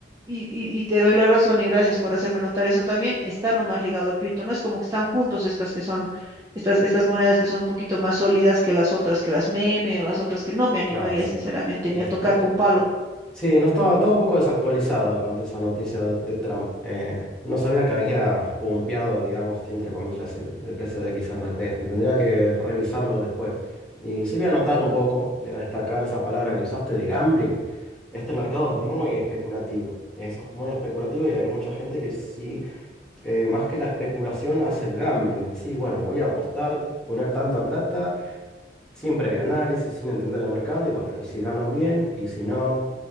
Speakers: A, on the right; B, in the centre.
A: y, y- y te doy la razón y gracias por hacerme notar eso también. Está nomás ligado al cripto. No es como que están juntos estas que son, estas, estas monedas que son un poquito más sólidas que las otras, que las meme o las otras que no me animaría
B: claro, sí.
A: sinceramente ni
B: Este,
A: a tocar con palo.
B: Sí, no estaba, estaba un poco desactualizado en cuanto a esa noticia de Trump. Eh, no sabía que había pumpeado, digamos, así entre comillas, el, el precio de XRP. Este, Tendría que revisarlo después. Y sí voy a anotar un poco, voy a destacar esa palabra que usaste de gambling. Este mercado es muy especulativo. Eso es muy especulativo y hay mucha gente que sí, eh, más que la especulación, hace el gambling. De decir, bueno, voy a apostar, poner tanta plata sin previo análisis, sin entender el mercado, y bueno, y si gano bien, y si no,